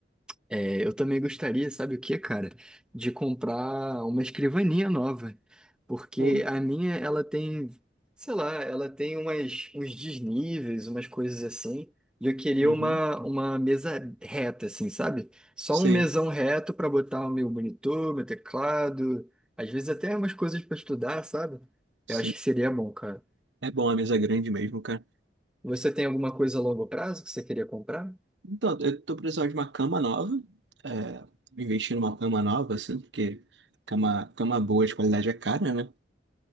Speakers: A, in the centre; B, on the right.
A: É, eu também gostaria, sabe o que, cara? De comprar uma escrivaninha nova. Porque
B: Pô,
A: a minha, ela tem, sei lá, ela tem umas, uns desníveis, umas coisas assim. E eu queria
B: Uhum.
A: uma, uma mesa reta, assim, sabe? Só
B: Sim,
A: um mesão reto para botar o meu monitor, meu teclado, às vezes até umas coisas para estudar, sabe?
B: sim.
A: Eu acho que seria bom, cara.
B: É bom a mesa é grande mesmo, cara.
A: Você tem alguma coisa a longo prazo que você queria comprar?
B: Então, eu tô precisando de uma cama nova, é, investir numa cama nova, assim, porque cama, cama boa de qualidade é cara, né?